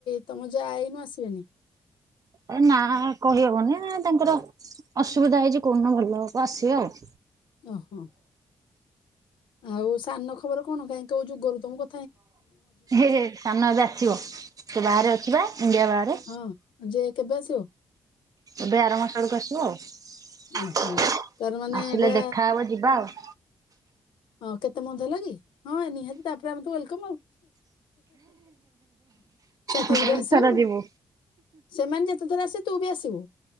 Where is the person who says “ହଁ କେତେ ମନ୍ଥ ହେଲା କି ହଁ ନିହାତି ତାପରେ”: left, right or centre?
Left